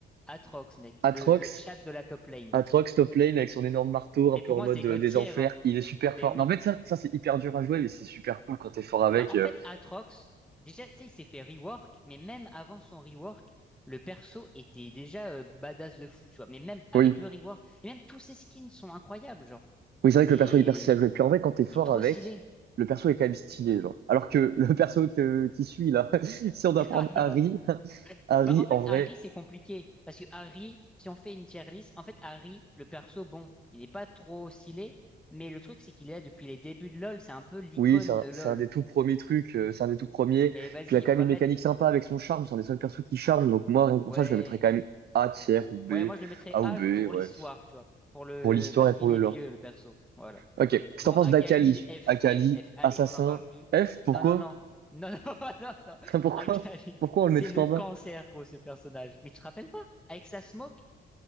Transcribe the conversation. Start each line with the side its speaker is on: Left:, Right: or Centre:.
Centre: Atrox, mec.
Right: Atrox,
Centre: Le, le chat de la top lane.
Right: Atrox top lane avec son énorme marteau, un
Centre: Mais
Right: peu
Centre: pour
Right: en
Centre: moi,
Right: mode
Centre: c'est God
Right: euh, des
Centre: tier,
Right: enfers,
Centre: hein.
Right: il est super
Centre: Mais
Right: fort.
Centre: oui.
Right: Mais en fait, ça, ça c'est hyper dur à jouer, mais c'est super cool quand t'es fort avec.
Centre: Bah en
Right: euh.
Centre: fait, Atrox, déjà, tu sais, il s'est fait rework, mais même avant son rework, le perso était déjà euh, badass de fou, tu vois. Mais même avec
Right: Oui.
Centre: le rework, et même tous ses skins sont incroyables, genre.
Right: Oui, c'est
Centre: C'est.
Right: vrai que le perso est hyper stylé à jouer. Puis en vrai, quand t'es fort
Centre: Il est trop
Right: avec,
Centre: stylé.
Right: le perso est quand même stylé, genre. Alors que le <laughs> perso que- qui suit, là, <laughs> si on doit
Centre: <laughs>
Right: prendre
Centre: Ah non.
Right: Harry, <laughs> Harry,
Centre: Bah, en fait,
Right: en vrai,
Centre: Harry, c'est compliqué. Parce que Harry, si on fait une tier list, en fait, Harry, le perso, bon, il n'est pas trop stylé. Mais le truc, c'est qu'il est là depuis les débuts de LoL. C'est un peu l'icône
Right: oui, c'est un,
Centre: de LoL.
Right: c'est un des tout premiers trucs, euh, c'est un des tout premiers.
Centre: Mais vas-y,
Right: Puis il y a quand
Centre: on
Right: même
Centre: va
Right: une
Centre: mettre.
Right: mécanique sympa avec son charme, c'est un des seuls persos qui charme. Donc moi, rien que
Centre: Ouais.
Right: pour ça, je le mettrais quand même A tiers ou B,
Centre: Ouais, moi, je le mettrais
Right: A
Centre: A
Right: ou B,
Centre: pour
Right: ouais,
Centre: l'histoire, tu vois. Pour le...
Right: pour l'histoire
Centre: Parce
Right: et
Centre: qu'il
Right: pour le
Centre: est
Right: lore.
Centre: vieux, le perso. Voilà.
Right: Ok, qu'est-ce que
Centre: Bon,
Right: t'en penses
Centre: Akali,
Right: d'Akali?
Centre: F,
Right: Akali,
Centre: F, F. Allez,
Right: assassin,
Centre: on n'en parle plus.
Right: F, pourquoi?
Centre: Non, non, non. Non, <laughs> non, non, non.
Right: <laughs> Pourquoi?
Centre: Akali,
Right: Pourquoi on le
Centre: c'est
Right: met tout
Centre: le
Right: en
Centre: cancer,
Right: bas?
Centre: gros, ce personnage. Mais tu te rappelles pas? Avec sa smoke?